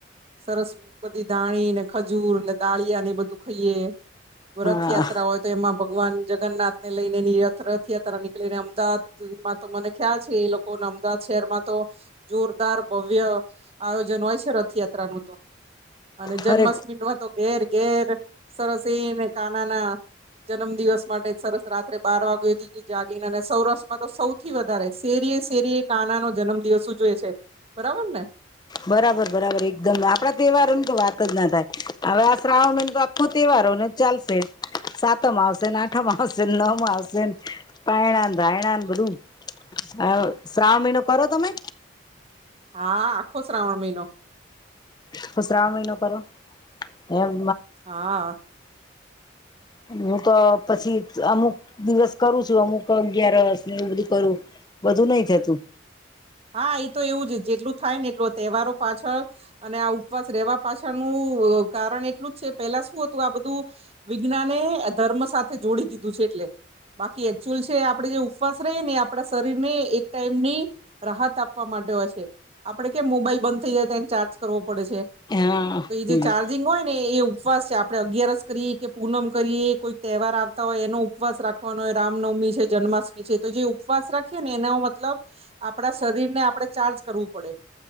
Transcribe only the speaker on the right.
સરસ બધી દાણી ને ખજૂર ને દાળીયા ને બધું ખાઈએ રથયાત્રા
હોય તો એમાં ભગવાન જગન્નાથ ને લઈનેની રથયાત્રા નીકળીને અમદા માં તો મને ખ્યાલ છે એ લોકો અમદાવાદ શહેરમાં તો જોરદાર ભવ્ય આયોજન હોય છે રથયાત્રા નું તો અને જન્માષ્ટમી
નું તો ઘેર ઘેર સરસ કાનાના જન્મ દિવસ માટે સરસ રાત્રે બાર વાગ્યે થી જાગીને અને સૌરાષ્ટ્રમાં તો સૌથી વધારે શેરી શેરીએ કાના નો જન્મ દિવસ ઉજવે છે બરાબર ને
હા આખો શ્રાવણ મહિનો
હા
હા એ તો એવું જ, જેટલું થાય ને એટલું આ તહેવારો પાછળ અને આ ઉપવાસ રહેવા પાછળનું અ કારણ એટલું જ છે, પેલા શું હતું આ બધું વિજ્ઞાને આ ધર્મ સાથે જોડી દીધું છે એટલે બાકી એકચુઅલ છે એ આપણે જે ઉપવાસ રહીએ ને આપણા શરીરને એક ટાઈમની રાહત આપવા માટે હોય છે, આપડે કેમ મોબાઈલ બંધ થઇ જાય તો એને ચાર્જ કરવો પડે છે.
તો ઈ જે
ચાર્જ જીંગ હોય ને એ ઉપવાસ છે, આપણે અગિયારસ કરીએ કે પૂનમ કરીએ કોઈ તહેવાર આવતા હોય એનો ઉપવાસ રાખ વાનો હોય રામનવમી છે, જન્માષ્ટમી છે તો જે ઉપવાસ રાખીએ ને એનો મતલબ આપણા શરીરને આપણે ચાર્જ કરવું પડે.